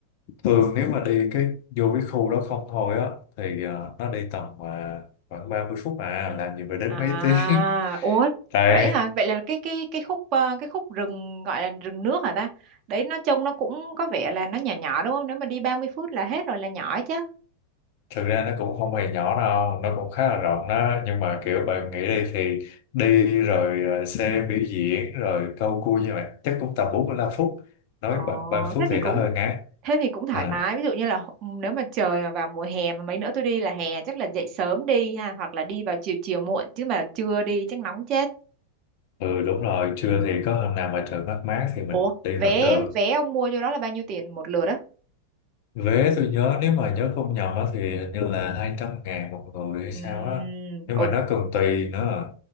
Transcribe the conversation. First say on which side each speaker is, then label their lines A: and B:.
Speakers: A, on the left (about 50°); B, on the right (about 40°).
A: thường nếu mà đi cái vô cái khu đó không thôi á thì ờ, nó đi tầm uh, khoảng 30 phút à làm gì phải đến
B: À,
A: mấy tiếng
B: ủa
A: <laughs> tại
B: vậy hả? Vậy là cái cái cái khúc ờ, cái khúc rừng gọi là rừng nước hả ta? Đấy nó trông nó cũng có vẻ là nó nhỏ nhỏ đúng không? Nếu mà đi 30 phút là hết rồi là nhỏ chứ.
A: thực ra nó cũng không hề nhỏ đâu nó cũng khá là rộng đó nhưng mà kiểu bạn nghĩ đi thì đi rồi ờ, xe biểu diễn rồi câu cua như vậy chắc cũng tầm bốn mươi lăm phút nói
B: Ồ,
A: 30 phút
B: thế thì
A: thì
B: cũng
A: nó hơi ngán
B: thế thì cũng thoải
A: à.
B: mái. Ví dụ như là h- nếu mà trời mà vào mùa hè mà mấy nữa tôi đi là hè chắc là dậy sớm đi ha hoặc là đi vào chiều chiều muộn chứ mà trưa đi chắc nóng chết.
A: Ừ đúng rồi, trưa
B: Ừ.
A: thì có hôm nào mà trời mát mát thì mình
B: Ủa,
A: đi
B: vé
A: vẫn được.
B: vé ông mua vô đó là bao nhiêu tiền một lượt á?
A: Vé tôi nhớ nếu mà nhớ không nhầm á thì hình như là hai trăm ngàn một người hay
B: Ừm,
A: sao á. Nhưng
B: ồ,
A: mà nó còn tùy nữa.